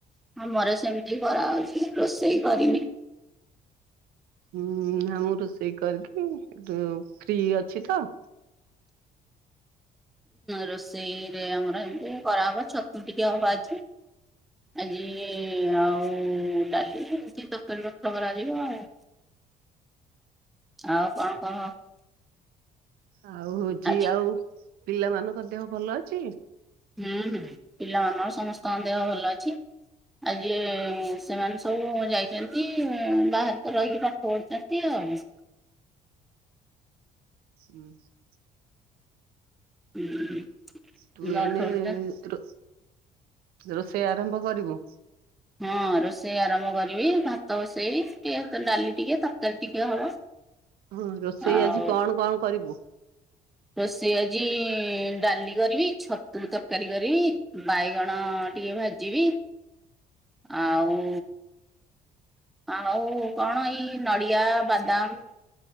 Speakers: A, in the centre; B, on the right.
A: ଆମର ସେମିତି କରା ହଉଛି ରୋଷେଇ କରିନି।
B: ହୁଁ, ନା ମୁଁ ରୋଷେଇ କରିକି ଏ ଫ୍ରି ଅଛି ତ।
A: ରୋଷେଇ ରେ ଆମର ଏମିତି କରାହବ। ଛତୁ ଟିକେ ହବ ଆଜି। ଆଜି ଆଉ ଡାଲି କେମିତି ତରକାରୀ <unintelligible> ରଥ କରାଯିବ ଆଉ ଆଉ କଣ କହ?
B: ଆଉ ହଉଛି
A: ଆଜି
B: ଆଉ ପିଲାମାନଙ୍କ ଦେହ ଭଲ ଅଛି?
A: ହୁଁ, ହୁଁ, ପିଲାମାନଙ୍କ ସମସ୍ତଙ୍କ ଦେହ ଭଲ ଅଛି। ଆଜି ସେମାନେ ସବୁ ଯାଇଛନ୍ତି। ବାହାରେ ତ ରହିକି ପାଠ ପଢୁଛନ୍ତି ଆଉ।
B: ହୁଁ <unintelligible>
A: ଆଉ।
B: ତୁ
A: ଗାଧଉଛନ୍ତି
B: ଏଇନେ ରୋ ରୋଷେଇ ଆରମ୍ଭ କରିବୁ?
A: ହଁ ରୋଷେଇ ଆରମ୍ଭ କରିବି। ଭାତ ବସେଇବି, ଡାଲି ଟିକେ, ତରକାରୀ ଟିକେ ହବ।
B: ହଁ। ରୋଷେଇ
A: ଆଉ
B: ଆଜି କଣ କଣ କରିବୁ?
A: ରୋଷେଇ ଆଜି ଡାଲି କରିବି, ଛତୁ ତରକାରୀ କରିବି, ବାଇଗଣ ଟିକେ ଭାଜିବି, ଆଉ ଆଉ କଣ ଏଇ ନଡ଼ିଆ, ବାଦାମ